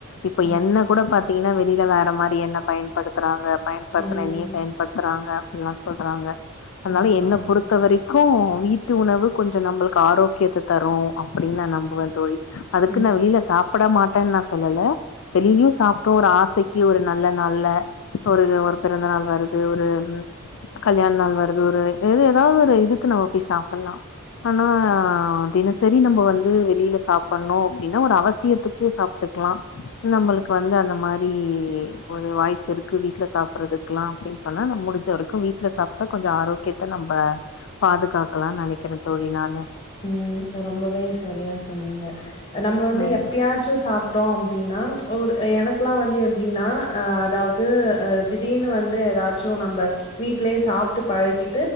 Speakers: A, on the left; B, on the left.
A: இப்ப
B: ம்.
A: எண்ண கூட பாத்தீங்கன்னா வெளியில வேற மாரி எண்ண பயன்படுத்துறாங்க பயன்படுத்துன
B: ம்.
A: எண்ணெயே பயன்படுத்துறாங்க அப்டிலா சொல்றாங்க அதனால
B: ம்.
A: என்ன
B: ஆமா.
A: பொறுத்த வரைக் கு வீட்டு உணவு கொஞ்ச நம்பளுக்கு ஆரோக்கியத்த தரு அப்டின்னு நா நம்புவ அதுக்குன்னு
B: ம்.
A: நா வெளியில சாப்பிட மாட்டேன்னு நா சொல்லல வெளிலயு சாப்டோ ஒரு ஆசைக்கு ஒரு நல்ல நாள்ல ஒரு ஒரு பிறந்த நாள் வருது ஒரு கல்யாண நாள் வருது ஒரு எது ஏதாவது ஒரு இதுக்கு நம்ம போய் சாப்பல்லா ஆனா தினசரி நம்ம வந்து வெளியில சாப்புட்ணு அப்டினா ஒரு அவசியத்துக்கு சாப்டுக் க்லா நம்மளுக்கு வந்து அந்த மாரி ஒரு வாய்ப்பு இருக்கு வீட்ல சாப்பறதுக்குல்லா அப்டின்னு சொன்னா நம்ம முடிஞ்ச வரைக்கு வீட்ல சாப்டா கொஞ்ச ஆரோக்கியத்த நம்ப பாதுகாக்கலானு நெனைக்கிறே தோழி நானு
B: ம் ரொம்பவே செரியா சொன்னீங்க நம்ம வந்து
A: ம்
B: எப்பயாச்சு சாப் டோ அப்டின்னா ஒரு எனக்கெல்லா வந்து எப்டினா அதாவது அ திடீர்னு வந்து ஏதா சோ நம்ப வீட்லயே சாப்டு பழகி